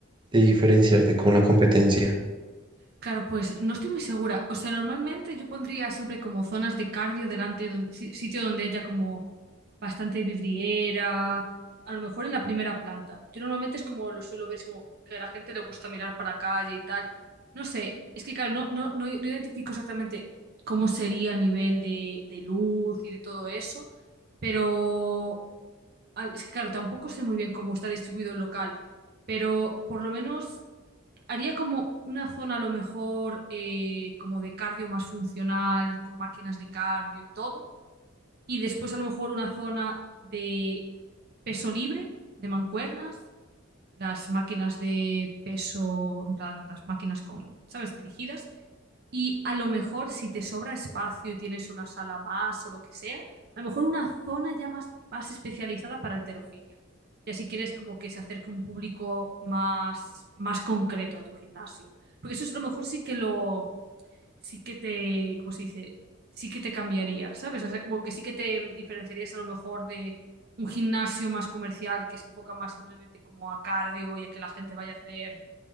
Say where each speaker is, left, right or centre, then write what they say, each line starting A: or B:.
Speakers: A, on the right; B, on the right.
A: de diferenciarte con la competencia?
B: Claro, pues no estoy muy segura. O sea, normalmente yo pondría siempre como zonas de cardio delante, don- si- sitio donde haya como bastante vidriera, a lo mejor en la primera planta. Yo normalmente es como lo suelo ver, es como que a la gente le gusta mirar para calle y tal. No sé, es que claro, no, no, no, no identifico exactamente cómo sería a nivel de, de luz y de todo eso, pero al- es que claro, tampoco sé muy bien cómo está distribuido el local, pero por lo menos... Haría como una zona a lo mejor eh, como de cardio más funcional, con máquinas de cardio y todo. Y después a lo mejor una zona de peso libre, de mancuernas, las máquinas de peso, en plan, las máquinas con, ¿sabes? Dirigidas. Y a lo mejor si te sobra espacio y tienes una sala más o lo que sea, a lo mejor una zona ya más, más especializada para alterofilia. Y así quieres como que se acerque un público más, más concreto a tu gimnasio. Porque eso es lo mejor sí que lo, sí que te, ¿cómo se dice? Sí que te cambiaría, ¿sabes? O sea, como que sí que te diferenciarías a lo mejor de un gimnasio más comercial que se enfoca más simplemente como a cardio y a que la gente vaya a hacer